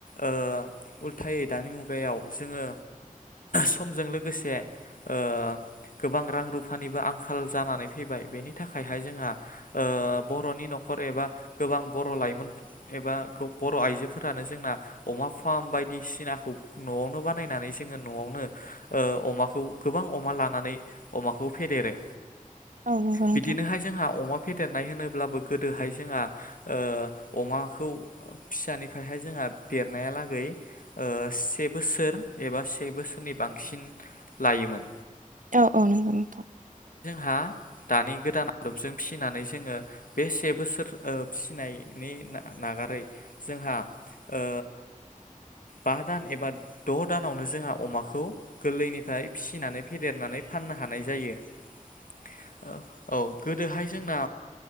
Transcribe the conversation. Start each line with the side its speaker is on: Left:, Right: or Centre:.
Left: ओ उल्थायै दानि मुगायाव जोङो समजों लोगोसे ओ गोबां रां रुफानिबो आंखाल जानानै फैबाय बेनि थाखायहाय जोंहा ओ बर'नि न'खर एबा गोबां बर' लाइमोन एबा बर' आइजोफोरानो जोंना अमा फार्म बायदिसिनाखौ न'आवनो बानायनानै जोङो न'आवनो ओ अमाखौ गोबां अमा लानानै अमाखौ फेदेरो
Right: औ नंगौ नोंथां
Left: बिदिनोहाय जोंहा अमा फेदेरनाय होनोब्लाबो गोदोहाय जोंहा ओ अमाखौ फिसानिफ्रायहाय जोंहा देरनायालागै से बोसोर एबा से बोसोरनि बांसिन लायोमोन
Right: औ औ नोंगौ नोंथां
Left: हा दानि गोदान आदबजों फिनानै जोङो बे से बोसोर ओ फिसिनायनि नागारै जोंहा ओ बा दान एबा द' दानावनो जोंहा अमाखौ गोरलैनिफ्राय फिनानै फेदेरनानै फाननो हानाय जायो। औ औ गोदोहाय जोंना